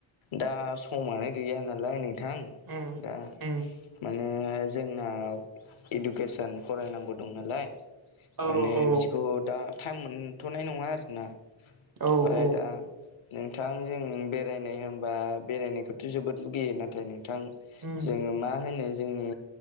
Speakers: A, on the left (about 85°); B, on the right (about 50°).
A: दा समानो गैया नालाय नोंथां
B: उम
A: दा
B: उम
A: माने जोंना इडुकेसन फरायनांगौ दं नालाय
B: औ
A: माने
B: औ
A: बिदिखौ दा टाइम मोनथ'नाय नङा आरोना ओमफ्राय
B: औ
A: दा नोंथां जों बेरायनाय होनबा बेरायनायखौथ' थ' जोबोद लुगैयो नाथाय नोंथां
B: उम
A: जोङो मा होनो जोंनि